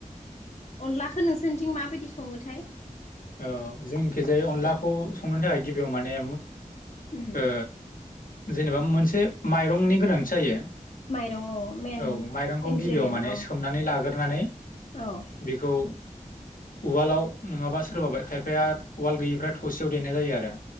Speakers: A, on the left (about 55°); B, on the left (about 85°).
A: अनलाखौ नोंसोरनिथिं माबायदि सङोथाय
B: औ जोंखिजाया अनलाखौ संनो थाखाय गिबियाव माने
A: उम
B: ओ जेनेबा मोनसे माइरंनि गोनांथि जायो।
A: माइरं औ मेन
B: औ माइरंखौ
A: इनग्रेडियेन्ट
B: गिबियाव माने
A: औ
B: सोमनानै लाग्रोनानै
A: औ
B: बेखौ उवालाव नङाबा सोरबाबाय खायफाया उवालाव गैयिफ्रा थसेयाव देनाय जायो आरो